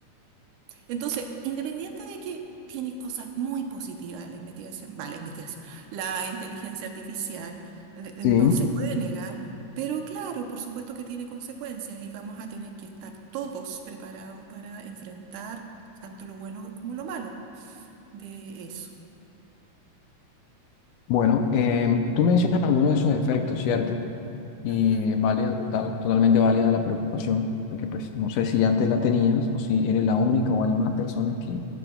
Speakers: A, on the right; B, on the left.
A: entonces, independiente de que tiene cosas muy positivas la investigación, vale, la investigación, la inteligencia artificial eh, eh,
B: Sí.
A: no se puede negar, pero claro, por supuesto que tiene consecuencias y vamos a tener que estar todos preparados para enfrentar tanto lo bueno como lo malo de eso.
B: Bueno, em, tú mencionas algunos de esos efectos, ¿cierto? Y
A: Ajá,
B: es válida, total- totalmente válida la preocupación, porque pues no sé si antes la tenías o si eres la única o hay más personas que